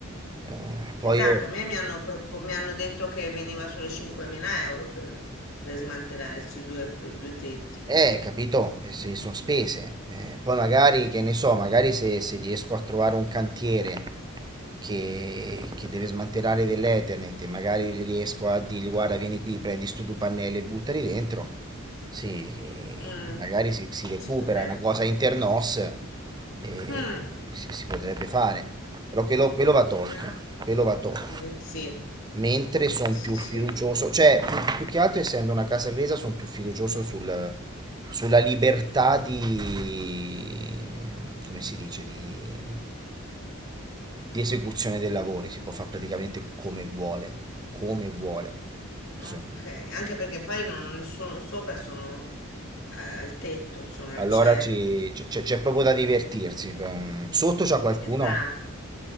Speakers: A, on the right; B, on the left.
A: Eh,
B: esatto,
A: poi io,
B: a me mi hanno, propo- mi hanno detto che veniva solo 5.000 euro per, per smantellare questi due, due tetti.
A: eh, capito, Eh, sì, sono spese. Eh, poi magari, che ne so, magari se, se riesco a trovare un cantiere che, che deve smantellare dell'Ethernet e magari riesco a dirgli guarda vieni qui, prendi stu due pannelli e buttali dentro, sì,
B: Mm,
A: magari si, si recupera
B: si potrebbe.
A: una cosa internos e
B: Mm,
A: si, si potrebbe fare, però quello, quello
B: ma
A: va tolto,
B: proviamo.
A: quello va tolto.
B: Ve- Sì,
A: Mentre sono
B: sì.
A: più fiducioso, cioè più, più che altro essendo una casa inglese sono più fiducioso sul, sulla libertà di, come si dice, di di esecuzione dei lavori, si può fare praticamente come vuole, come vuole.
B: Ok,
A: So-
B: anche perché poi non ho nessuno sopra, sono eh, al tetto, sono al
A: Allora
B: cielo.
A: ci- c- c'è c'è proprio da divertirsi. per- Sotto c'è qualcuno?
B: Esatto,